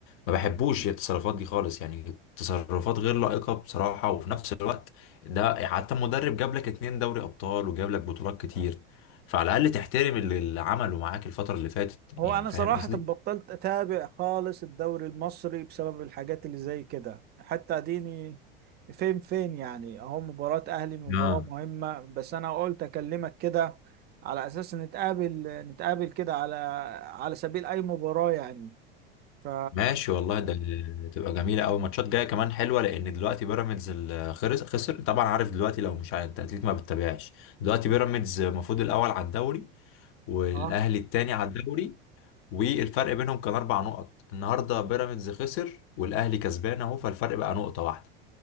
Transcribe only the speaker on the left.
ما بحبوش التصرفات دي خالص يعني تصرفات غير لائقة بصراحة وفي نفس الوقت ده حتى مدرب جاب لك اتنين دوري ابطال وجاب لك بطولات كتير فعلى الاقل تحترم اللي اللي عمله معاك الفترة اللي فاتت
يعني
فاهم
قصدي؟
اه
ماشي والله ده ال- تبقى جميله قوي ماتشات جايه كمان حلوه لان دلوقتي بيراميدز ال- خرس- خسر طبعا عارف دلوقتي لو مش عارف انت اكيد ما بتتابعش دلوقتي بيراميدز المفروض الاول على الدوري والاهلي
التاني على الدوري والفرق بينهم كان اربع نقط النهارده بيراميدز خسر والاهلي كسبان اهو فالفرق بقى نقطه واحده